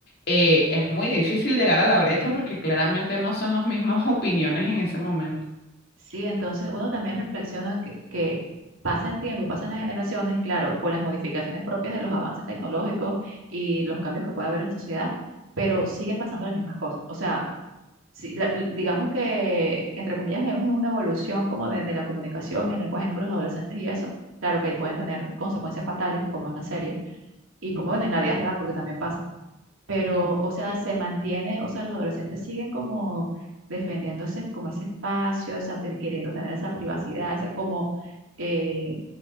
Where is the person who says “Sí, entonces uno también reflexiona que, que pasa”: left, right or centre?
Right